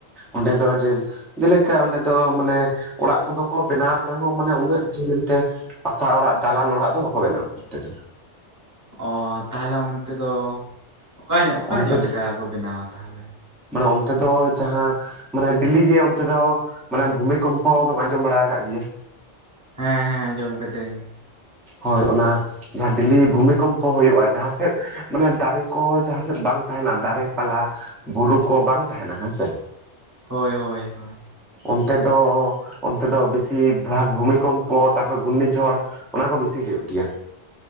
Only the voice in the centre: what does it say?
ᱚᱸᱰᱮ ᱫᱚ ᱡᱮᱹᱢ ᱡᱮᱞᱮᱠᱟ ᱚᱸᱰᱮ ᱫᱚ ᱢᱟᱱᱮ ᱚᱲᱟᱜ ᱠᱚᱫᱚ ᱠᱚ ᱵᱮᱱᱟᱣ ᱨᱮᱦᱚᱸ ᱢᱟᱱᱮ ᱩᱱᱟᱹᱜ ᱡᱷᱟᱹᱞ ᱮᱱᱛᱮ ᱯᱟᱠᱟ ᱚᱲᱟᱜ ᱫᱟᱞᱟᱱ ᱚᱲᱟᱜ ᱫᱚ ᱵᱟᱠᱚ ᱵᱮᱱᱟᱣᱟ ᱚᱱᱛᱮ ᱫᱚ᱾
ᱚᱱᱛᱮ
ᱫᱚ
ᱢᱟᱱᱮ ᱚᱱᱛᱮ ᱫᱚ ᱡᱟᱸᱦᱟᱸ ᱢᱟᱱᱮ ᱰᱮᱞᱤᱜᱮ ᱚᱱᱛᱮ ᱫᱚ ᱢᱟᱱᱮ ᱵᱷᱩᱢᱤᱠᱚᱢᱯᱚ ᱫᱚᱢ ᱟᱸᱡᱚᱢ ᱵᱟᱲᱟ ᱟᱠᱟᱫ ᱜᱮᱭᱟ?
ᱦᱚᱭ ᱚᱱᱟ ᱡᱟᱸᱦᱟᱸ ᱰᱮᱞᱤ ᱵᱷᱩᱢᱤᱠᱚᱢᱯᱚ ᱦᱩᱭᱩᱜᱼᱟ ᱡᱟᱸᱦᱟᱸ ᱥᱮᱫ ᱢᱟᱱᱮ ᱫᱟᱨᱮ ᱠᱚ ᱡᱟᱦᱟᱸ ᱥᱮᱫ ᱵᱟᱝ ᱛᱟᱦᱮᱸᱱᱟ ᱫᱟᱨᱮ ᱯᱟᱞᱟ, ᱵᱩᱨᱩ ᱠᱚ ᱵᱟᱝ ᱛᱟᱦᱮᱸᱱᱟ ᱦᱮᱸ ᱥᱮ᱾
ᱚᱱᱛᱮ ᱫᱚ ᱚᱱᱛᱮ ᱫᱚ ᱵᱤᱥᱤ ᱵᱷᱟᱜᱽ ᱵᱷᱩᱢᱤᱠᱚᱢᱯᱚ ᱛᱟᱨᱯᱚᱨ ᱜᱷᱩᱨᱱᱤ ᱡᱷᱚᱲ ᱚᱱᱟ ᱠᱚ ᱵᱤᱥᱤ ᱦᱩᱭᱩᱜ ᱜᱮᱭᱟ᱾